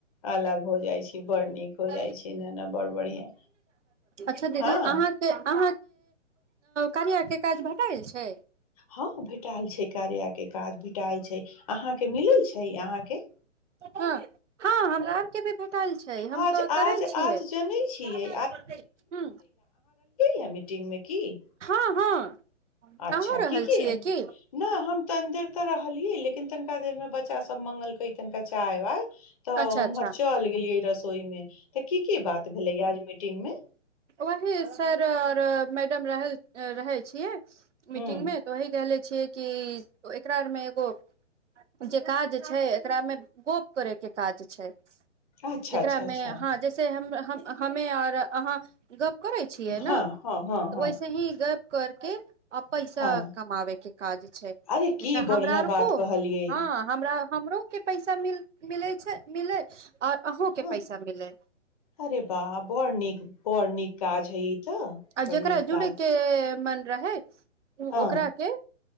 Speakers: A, on the left; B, on the right.
A: अलग हो जाइ छै
B: <unintelligible>
A: बड़ नीक हो जाइ छै ने ने बड़ बढ़िया
B: अच्छा दीदी
A: हँ
B: अहाँके आ कनियाँ के काज भेटल छै
A: हँ भेटएल छै कार्या के काज भेटल छै अहाँके मिलल छै नइ अहाँके
B: हँ हँ हमरा आरके भी भेटल छै हम
A: आज
B: तऽ
A: आज
B: करै छियै
A: आज जनै छियै
B: ह्म
A: यै मीटिंग मे कि <inaudible>
B: हँ
A: अच्छा
B: अहूँ रहल
A: की क
B: छियै की
A: नहि हम तनि देर तऽ रहलियै लेकिन तनिका देर मे बच्चा सब मंगलकेै तनिका चाय वाय तऽ
B: अच्छा अच्छा
A: उम्हर चल गेलियै रसोई मे तऽ की की बात भेलैया आज मिटिंग मे
B: ओही सर आओर मैडम रह रहै छियै मीटिंग
A: हूं
B: मे त वही कहले छिय कि एकरामे एगो जे काज छै एकरा मे गप करै के काज छै
A: अच्छा
B: जेकरामे
A: अच्छा अच्छा
B: हँ जैसे हम हमे आर अहाँ गप्प करै छियै ने
A: हँ हँ हँ
B: तऽ
A: हँ
B: ओैसे ही गप्प करके आ पैसा
A: हँ
B: कमाबे के काज छै
A: अरे
B: जैसे
A: की
B: हमरा
A: बढ़ियां
B: आर
A: बात
B: कोो
A: कहलियै
B: हँ हमरा हमरो के पैसा मिल मिलै छै मिलै आओर अहूँ के
A: हँ
B: पैसा मिलै
A: अरे बा बड़ नीक बड़ नीक काज हइ तऽ
B: आब
A: बड़
B: जेेकरा
A: नीक
B: जुडे
A: काज
B: के मन रहै
A: हँ
B: ओकरा के